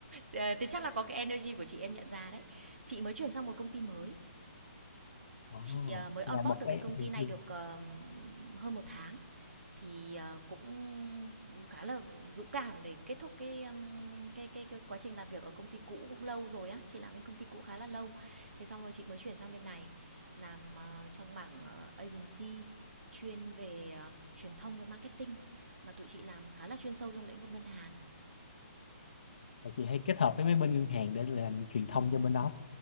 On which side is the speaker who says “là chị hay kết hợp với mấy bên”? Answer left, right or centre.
Left